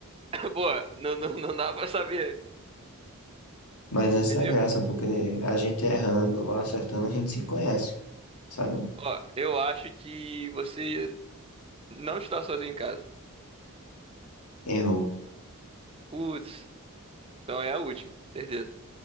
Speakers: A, on the right; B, on the left.
A: <laughs> Pô, não, não, não dá pra saber.
B: Mas essa
A: Mas
B: é a
A: eu-
B: graça, porque a gente errando ou acertando, a gente se conhece, sabe?
A: Ó, eu acho que você não está sozinho em casa.
B: Errou,
A: Putz, então é a última, certeza.